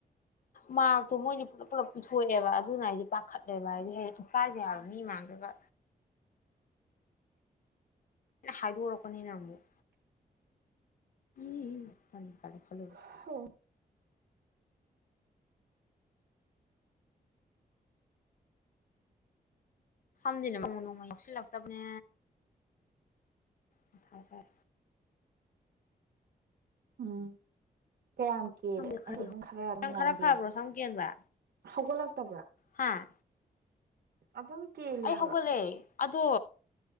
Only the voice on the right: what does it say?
<inaudible>
ꯎꯝ ꯀꯌꯥꯝ ꯀꯦꯂꯦ
ꯑꯩꯁꯨ ꯑꯗꯨꯝ ꯈꯔ ꯑꯗꯨꯝ
ꯌꯥꯝꯅ
ꯀꯦꯜꯂꯦ
ꯍꯧꯒꯠꯂꯛ ꯐꯕ꯭ꯔꯥ
ꯑꯗꯨꯝ ꯀꯦꯜꯂꯦ
ꯍꯥꯏꯕ